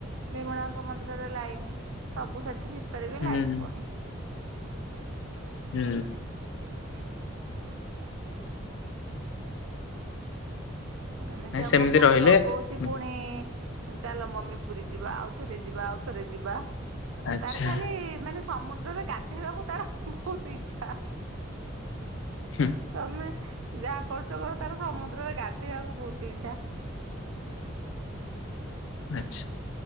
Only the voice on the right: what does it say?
ବିମଳାଙ୍କ ମନ୍ଦିରରେ ଲାଇନ। ସବୁ ସେଠି - ଭିତରେ ବି
ଲାଇନି ପୁଣି।
<unintelligible> ଏମିତି
ଆମ
ପୁଅ
ତ ଲଗଉଛି।
ପୁଣି ଚାଲ ମମି ପୁରୀ ଯିବା ଆଉ ଥରେ ଯିବା ଆଉଥରେ ଯିବା।
ତାର ଖାଲି ମାନେ ସମୁଦ୍ରରେ ଗାଧେଇବାକୁ ତାର ବହୁତ ଇଛା।
ତମେ ଯାହା କରୁଛ କର ତାର ସମୁଦ୍ରରେ ଗାଧୋଇବାକୁ ବହୁତ ଇଛା।